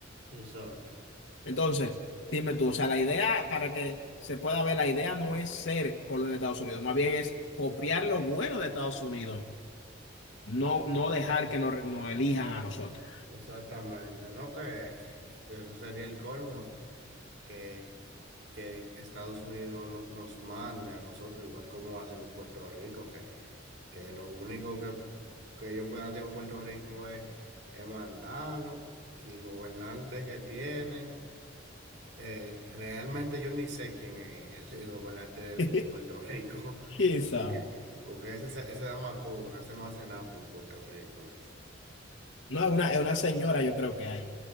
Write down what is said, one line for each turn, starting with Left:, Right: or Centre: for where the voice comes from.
Right: Exacto.
Left: Entonces, dime tú, o sea, la idea para que se pueda ver, la idea no es ser colonia de Estados Unidos, más bien es copiar lo bueno de Estados Unidos no, no dejar que nos, nos elijan a nosotros.
Right: Exactamente, ¿no? Que, que eso sería el colmo, que, que Estados Unidos no- nos mande a nosotros, igual como hace con Puerto Rico, que, que lo único que, que ellos pueden hacer con Puerto Rico es, es mandarlo y el gobernante que tienen. Eh, realmente yo ni sé quién es el, el gobernante de
Left: <laughs>
Right: Puerto Rico,
Left: ¿Quién
Right: <laughs>
Left: sabe?
Right: porque, porque ese, se- ese dama cobra, ese no hace nada por Puerto Rico, ese.
Left: No, es una, es una señora yo creo que hay